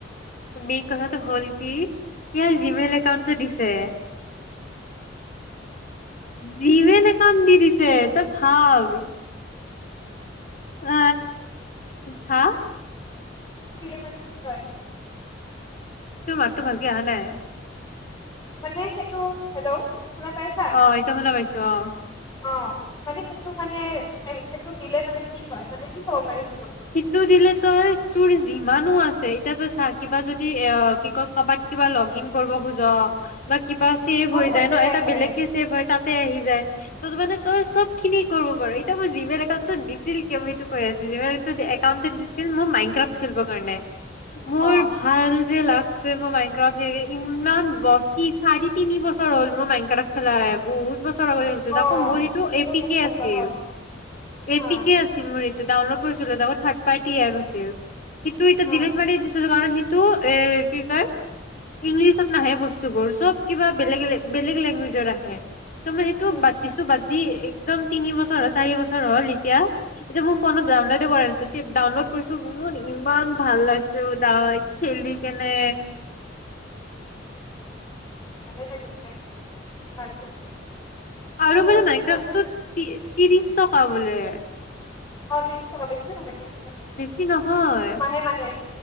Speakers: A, on the left; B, on the left.
A: <inaudible> হল কি ইয়াৰ জিমেইল একাউণ্টটো দিছে জিমেইল একাউণ্ট দি দিছে সাও <inaudible> হা?
B: দিলে মানে কি হয়
A: তোৰ মাতটো ভালকে অহা নাই
B: মানে সেইটো হেল্ল' শুনা পাইছা
A: অ এতিয়া শুনা পাইছো অ
B: অ মানে সেইটো মানে এ সেইটো দিলে মানে কি হয় মানে কি চাব পাৰিম চোৱা
A: সেইটো দিলে তই তোৰ যিমানো আছে এতিয়া তই চা কিবা যদি এ কি কয় কবাত কিবা লগ ইন কৰিব খোজ বা কিবা চেভ
B: অ
A: হৈ
B: তো তাতে
A: যায় ন এটা
B: আহে
A: বেলেগকে ছেভ হয় তাতে আহি যায় ত মানে তই চব খিনি কৰিব পাৰো এতিয়া মই জিমেইল একাউণ্টটো দিছিল কিয় মই সেইটো কৈ আছোঁ একাউণ্টটো দিছিল মই মাইনক্ৰাফ্ট খেলিবৰ কাৰণে মোৰ
B: অ
A: ভাল যে লাগছে মই মাইনক্ৰাফ্ট ইমান ব চাৰি তিনি বছৰ হ'ল মই মাইনক্ৰাফ্ট খেলা নাই বহুত বছৰ <unintelligible>
B: অ
A: আকৌ মোৰ ইটো
B: মোৰো
A: এপিকে
B: বহুত বছৰ
A: আছিল
B: হ'ল হা
A: এপিকে আছিল মোৰ ইট ডাউনলোড কৰিছিলো তাৰ থাৰ্ড পাৰ্টি এপ আছিল <unintelligible>
B: হা
A: ডিলিট মাৰি দিছোঁ কাৰণ সেইটো এ কি কয় ইংলিছত নাহে বস্তুবোৰ চব কিবা বেলেগ বেলেগ লেংগুৱেজৰ আহে ত মই সেইটো
B: হা,
A: বাতদিছো দি একদম তিনি বছৰ হ চাৰি বছৰ হ'ল এতিয়া এতিয়া মোৰ ফোনত যাওঁ ন আছো ডাউনলোড কৰিছো মোৰ ইমান ভাল লাগিছে খেলি কেনে
B: <unintelligible> বোলো
A: আৰু
B: বহুত
A: বো মাইক্ৰফ
B: দিন হ'ল বুজিছা।
A: ত্ৰিশ টকা বলে
B: অ ত্ৰিশ টকা বেচিও নহয় তিনিশ টকা
A: বেছি নহয়
B: মাহে মাহে